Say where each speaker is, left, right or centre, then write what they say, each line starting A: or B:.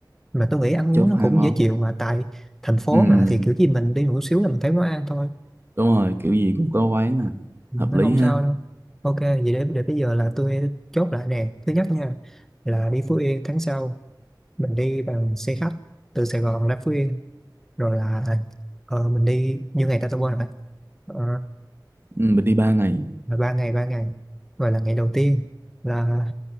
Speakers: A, in the centre; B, on the right (about 30°).
A: mà tôi nghĩ ăn uống
B: chốt
A: nó
B: hai
A: cũng
B: món
A: dễ chịu mà tại thành phố
B: ừ
A: mà thì kiểu gì mình đi một xíu là mình thấy món ăn thôi
B: đúng rồi kiểu gì cũng có quán à
A: Ừ,
B: hợp
A: nó
B: lý
A: không
B: ha
A: sao đâu ok vậy để để bây giờ là tôi chốt lại nè thứ nhất nha là đi Phú Yên tháng sau mình đi bằng xe khách từ Sài Gòn ra Phú Yên rồi là ờ, mình đi như ngày ta tôi quên rồi Ờ,
B: ừ, mình đi ba ngày
A: là ba ngày ba ngày gọi là ngày đầu tiên là